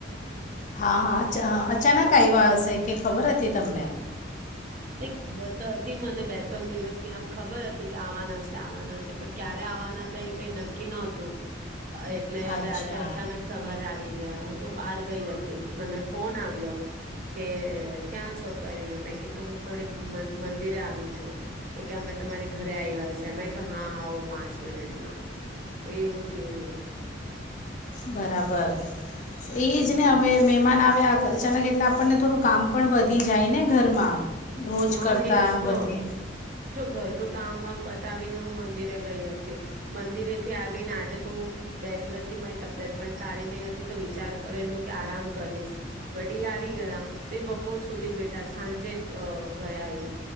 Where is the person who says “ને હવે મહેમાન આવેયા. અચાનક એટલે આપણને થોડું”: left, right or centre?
Left